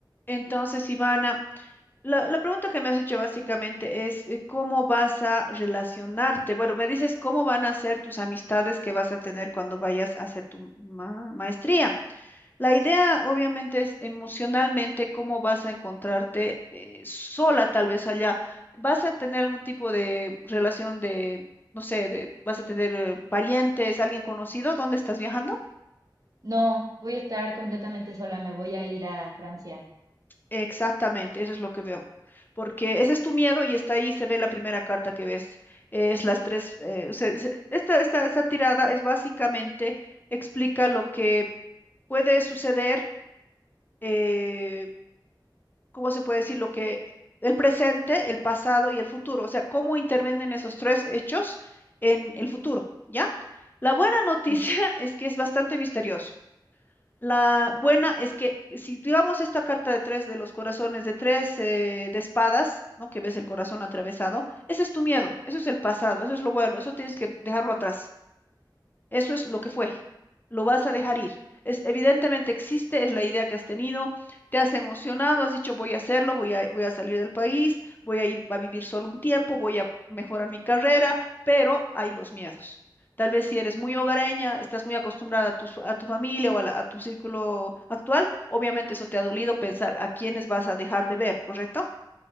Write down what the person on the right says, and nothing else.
No, voy a estar completamente sola, me voy a ir a Francia.
Sí,